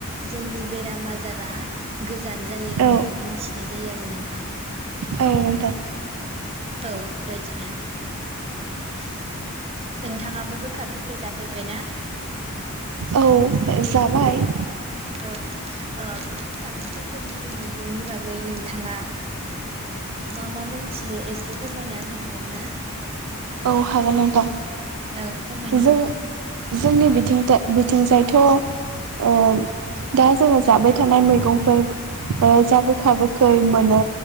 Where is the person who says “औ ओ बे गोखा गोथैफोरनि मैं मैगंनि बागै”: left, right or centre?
Right